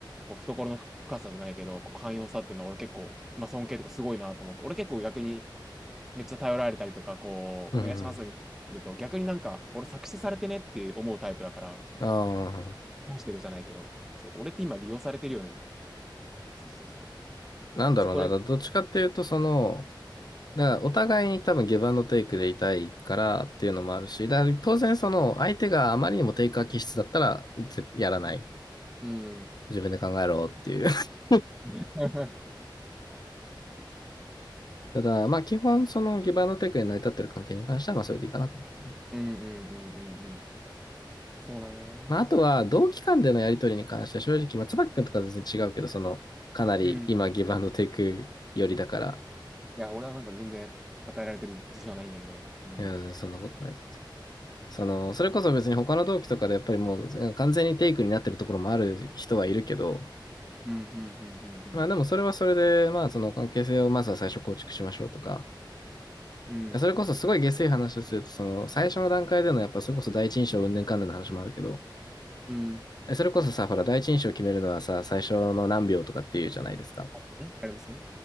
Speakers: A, in the centre; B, on the left.
A: こう懐の深深さじゃないけど、こう寛容さっていうのは俺結構、まあ尊敬とかすごいなと思って、俺結構逆にめっちゃ頼られたりとか、こう、
B: うんうん。
A: お願いしますみたいなると、逆になんか、俺作詞されてねって思うタイプだから、
B: ああ、
A: 損してるじゃないけど、そう、俺って今利用されてるよねみたいな。そうそうそう。
B: なんだろうな。
A: あそこで、
B: だどっちかっていうと、その、だからお互いに多分ギブアンドテイクでいたいからっていうのもあるし、だから当然その相手があまりにもテイカー気質だったらぜやらない。
A: うん。
B: 自分で考えろっていう。<laughs>
A: <laughs>
B: ただ、まあ基本そのギブアンドテイクで成り立ってる関係に関してはまあそれでいいかなと思ってる。
A: うんうんうんうんうん。そうなんよな。うん
B: まああとは同期間でのやりとりに関しては正直、まあ椿くんとか全然違うけど、そのかなり今ギブアンドテイク寄りだから、
A: うんいや、俺はなんか全然与えられてる自信はないんだけど。うん。
B: いや、全然そんなことないです。その、それこそ別に他の同期とかでやっぱりもう完全にテイクになってるところもある人はいるけど、
A: うん、うん、うん、うん、うん。
B: まあでもそれはそれで、まあその関係性をまずは最初構築しましょうとか、
A: うん、
B: それこそすごい下水話をすると、
A: もう、僕、
B: その最初の段階でのやっぱそれこそ第一印象うんかんぬんの話もあるけど、
A: うん。
B: それこそさ、ほら第一印象を決めるのはさ、最初の何秒とかっていうじゃないですか。
A: あえありますね。